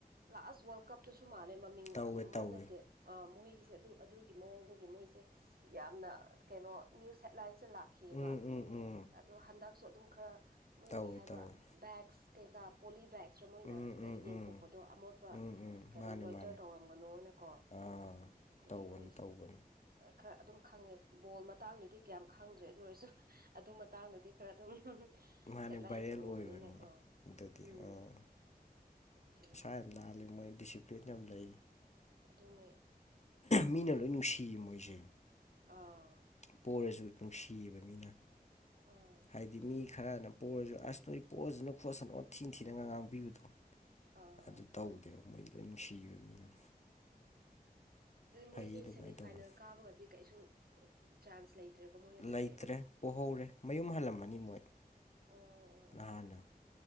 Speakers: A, on the right; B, on the left.
A: ꯂꯥꯁꯠ ꯋꯥꯔꯜ ꯀꯞꯇꯁꯨ ꯃꯥꯜꯂꯦ ꯃꯃꯤꯡ
B: ꯇꯧꯋꯦ
A: ꯌ ꯑꯃ
B: ꯇꯧꯋꯦ
A: ꯅꯠꯇꯦ ꯑ ꯃꯣꯏꯒꯤꯁꯦ ꯑꯗꯨ ꯑꯗꯨꯒꯤ ꯃꯑꯣꯡꯗꯒꯤ ꯃꯣꯏꯁꯦ ꯌꯥꯝꯅ ꯀꯩꯅꯣ ꯅ꯭ꯌꯨꯁ ꯍꯦꯠꯂꯥꯏꯟꯁꯇ ꯂꯥꯛꯀ ꯈꯤꯑꯕ
B: ꯎꯝ ꯎꯝ ꯎꯝ
A: ꯑꯗꯣ ꯍꯟꯗꯛꯁꯨ ꯑꯗꯨꯝ ꯈꯔ ꯃꯣꯏ
B: ꯇꯧꯋꯦ
A: ꯀꯩ ꯍꯥꯏꯕ꯭ꯔꯥ
B: ꯇꯧꯋꯦ
A: ꯕꯦꯛꯁ ꯀꯩꯀꯥ ꯄꯣꯂꯤ ꯕꯦꯛꯁꯔ ꯃꯣꯏꯅ
B: ꯎꯝ ꯎꯝ
A: ꯌꯦꯟꯊꯣꯛꯄꯗꯣ
B: ꯎꯝ
A: ꯑꯃꯣꯠꯄ
B: ꯎꯝ ꯎꯝ
A: ꯀꯩꯅꯣ
B: ꯃꯥꯅꯦ
A: ꯂꯣꯏꯇꯔ
B: ꯃꯥꯅꯦ
A: ꯇꯧꯔꯝꯒꯅꯣꯅꯀꯣ
B: ꯑꯥ
A: ꯑꯗꯒꯤ
B: ꯇꯧꯕꯅꯤ
A: ꯃꯣꯏ
B: ꯇꯧꯕꯅꯤ
A: ꯈꯔ ꯑꯗꯨꯝ ꯈꯪꯉꯦ ꯕꯣꯜ ꯃꯇꯥꯡꯗꯗꯤ ꯀꯌꯥꯝ ꯈꯪꯗ꯭ꯔꯦ ꯑꯗꯨ ꯑꯣꯏꯔꯁꯨ ꯑꯗꯨ ꯃꯇꯥꯡꯗꯗꯤ ꯈꯔ ꯑꯗꯨꯝ
B: ꯃꯥꯅꯦ
A: ꯍꯦꯠꯂꯥꯏꯟꯁꯇ
B: ꯚꯥꯏꯔꯦꯜ
A: ꯎꯕꯅꯤꯅꯀꯣ
B: ꯑꯣꯏꯕꯅꯤ ꯑꯗꯨꯗꯤ
A: ꯎꯝ
B: ꯑꯥ
A: ꯑꯣꯀꯦ
B: ꯃꯁꯥ ꯌꯥꯝ ꯂꯥꯜꯂꯤ ꯃꯣꯏ ꯗꯤꯁꯤꯄ꯭ꯂꯤꯟ ꯌꯥꯝ ꯂꯩ
A: ꯑꯗꯨꯅꯦ
B: ꯃꯤꯅ
A: ꯑꯩꯈꯣꯏ
B: ꯂꯣꯏ ꯅꯨꯡꯁꯤ ꯃꯣꯏꯁꯦ
A: ꯑꯥ
B: ꯄꯔꯁꯨ ꯅꯨꯡꯁꯤꯌꯦꯕ ꯃꯤꯅ
A: ꯑꯣ
B: ꯍꯥꯏꯗꯤ ꯃꯤ ꯈꯔꯅ ꯄꯣꯔꯁꯨ ꯑꯁ ꯅꯣꯏ ꯄꯣꯁꯅꯨ ꯈꯣꯠꯁꯅ ꯊꯤꯟ ꯊꯤꯅꯒ ꯉꯥꯡꯕꯤꯕꯗꯣ
A: ꯑꯥ
B: ꯑꯗꯨ
A: ꯑꯥ
B: ꯇꯧꯗꯦꯕ ꯃꯣꯏꯗꯤ ꯂꯣꯏ ꯅꯨꯡꯁꯤꯕ ꯃꯤꯅ
A: ꯑꯗꯨꯗꯤ
B: ꯐꯩꯌꯦ
A: ꯃꯣꯏꯁꯦ
B: ꯑꯗꯨꯃꯥꯏꯅ
A: ꯁꯦꯃꯤꯐꯥꯏꯅꯦꯜ
B: ꯇꯧꯕꯅꯤ
A: ꯀꯥꯕꯒꯗꯤ ꯀꯩꯁꯨ ꯆꯥꯟꯁ ꯂꯩꯇ꯭ꯔꯦꯀꯣ ꯃꯣꯏ ꯑꯗꯨꯗꯤ
B: ꯂꯩꯇ꯭ꯔꯦ ꯄꯣꯍꯧꯔꯦ ꯃꯌꯨꯝ
A: ꯑꯣ
B: ꯍꯜꯂꯝꯃꯅꯤ ꯃꯣꯏ
A: ꯑꯣ ꯑꯣ
B: ꯅꯍꯥꯟꯅ